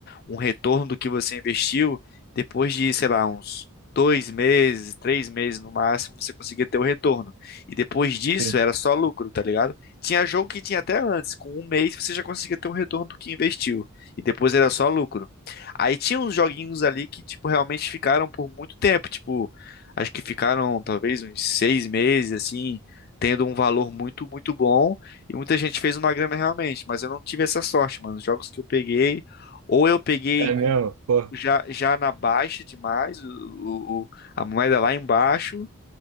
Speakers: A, on the left (about 45°); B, on the right (about 85°).
A: um retorno do que você investiu depois de, sei lá, uns dois meses, três meses no máximo, você conseguia ter o retorno. E depois disso
B: sim.
A: era só lucro, tá ligado? Tinha jogo que tinha até antes, com um mês você já conseguia ter um retorno do que investiu. E depois era só lucro. Aí tinha uns joguinhos ali que, tipo, realmente ficaram por muito tempo. Tipo, acho que ficaram talvez uns seis meses, assim, tendo um valor muito, muito bom. E muita gente fez uma grana realmente. Mas eu não tive essa sorte, mano. Os jogos que eu peguei, ou eu peguei
B: É
A: com.
B: mesmo? Pô,
A: Já, já na baixa demais, o, o- o- a moeda lá embaixo,